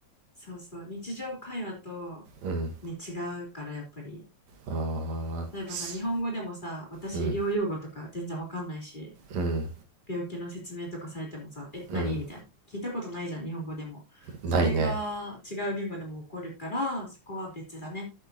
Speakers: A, on the left; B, on the right.
A: そうそう、日常会話と
B: うん
A: ね、違うからやっぱり。
B: ああーす
A: 例えばさ、日本語でもさ、私医療用語とか全然わかんないし、
B: うんうん
A: 病気の説明とかされてもさ、え、何みたいな。
B: うん
A: 聞いたことないじゃん、日本語でも。
B: ないね
A: それが違う言語でも起こるから、そこは別だね。